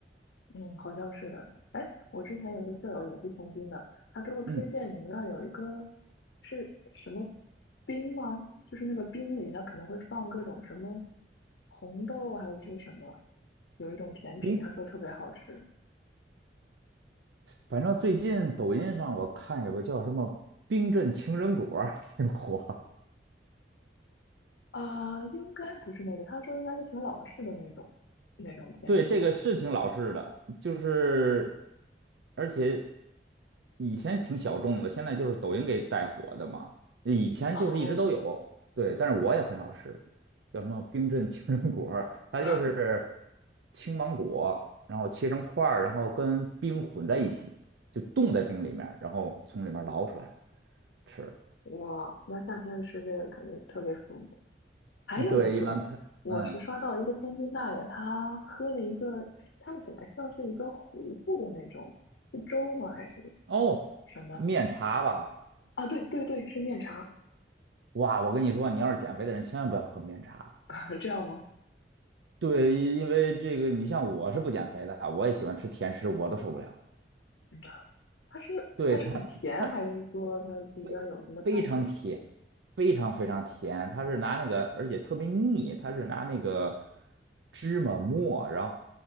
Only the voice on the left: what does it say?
嗯，好像是的。哎，我之前有个舍友也是天津的，他给我推荐你们那儿有一个
是什么冰吗？就是那个冰里它可能会放各种什么红豆还是什么，有一种甜品，
他说特别好吃
啊，应该不是那个，他说应该是挺老式的那种那种甜品。
哦，
<laughs>
哇，那夏天吃这个肯定特别舒服。还有一个，
我是刷到一个天津大爷，
他喝了一个看起来像是一个糊糊的那种，是粥吗还是
什么？
啊，对对对，是面茶，
<laughs> 这样吗？
嗯它是它是很甜，
还是说它里边儿有什么碳水？